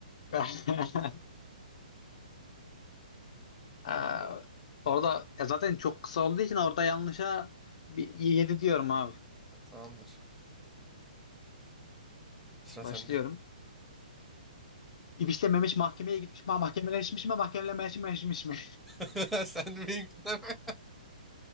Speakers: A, on the left; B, in the centre.
A: <laughs> Aa, Orada e, zaten çok kısa olduğu için orada yanlışa bir 7 diyorum abi.
B: Tamamdır. Sıra
A: Başlıyorum.
B: sende.
A: İpişlememiş mahkemeye gitmiş mi? Ha, Mahkemeleşmiş mi? Mahkemeleşmemiş mi?
B: <laughs> Sen de benimkinden mi?